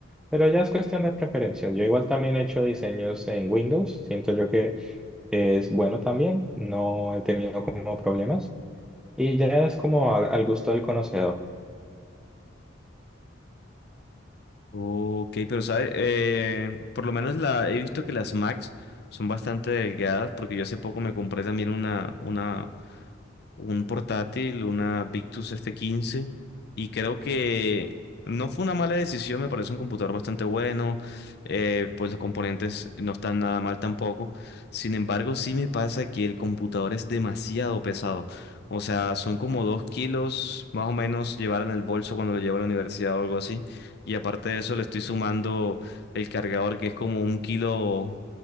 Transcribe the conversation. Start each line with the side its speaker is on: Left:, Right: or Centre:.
Centre: Pero ya es cuestión de preferencias. Yo igual también he hecho diseños en Windows. Siento yo que es bueno también. No he tenido como problemas. Y ya es como a- al gusto del conocedor.
Left: Ok, pero sabe, Eh, por lo menos la he visto que las Max son bastante delgadas porque yo hace poco me compré también una, una, un portátil, una Victus f quince y creo que no fue una mala decisión, me parece un computador bastante bueno, eh, pues los componentes no están nada mal tampoco. Sin embargo, sí me pasa que el computador es demasiado pesado. O sea, son como dos kilos más o menos llevar en el bolso cuando lo llevo a la universidad o algo así. Y aparte de eso, le estoy sumando el cargador, que es como un kilo